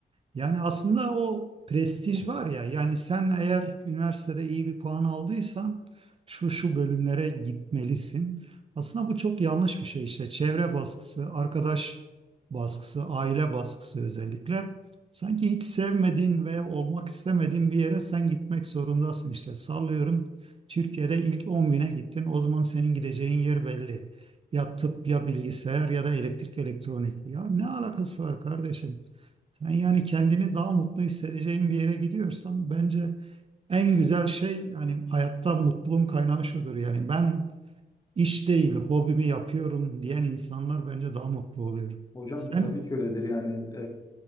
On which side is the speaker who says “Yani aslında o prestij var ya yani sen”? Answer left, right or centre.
Right